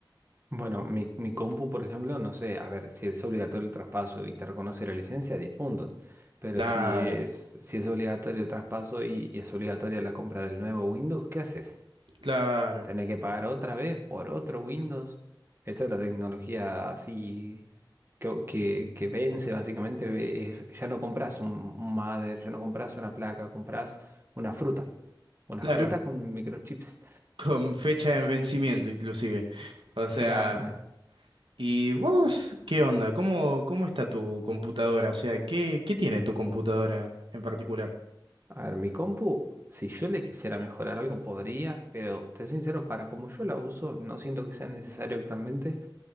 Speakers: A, on the right (about 30°); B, on the right (about 85°).
A: Bueno, mi, mi compu, por ejemplo, no sé, a ver, si es obligatorio el traspaso y te reconoce la licencia, 10 puntos. Pero
B: Claro,
A: si es, si es obligatorio el traspaso y, y es obligatoria la compra del nuevo Windows, ¿qué haces?
B: claro,
A: ¿Tenés que pagar otra vez por otro Windows? Esto es la tecnología así que, que, que vence básicamente. ve- es- ya no compras un, un mother, ya no compras una placa, compras una fruta. Una
B: claro.
A: fruta con microchips.
B: Con fecha de vencimiento inclusive. O sea,
A: Claro.
B: ¿y vos qué onda? ¿Cómo, cómo está tu computadora? O sea, ¿qué, qué tiene tu computadora en particular?
A: A ver, mi compu, si yo le quisiera mejorar algo, podría, pero te soy sincero, para como yo la uso, no siento que sea necesario actualmente.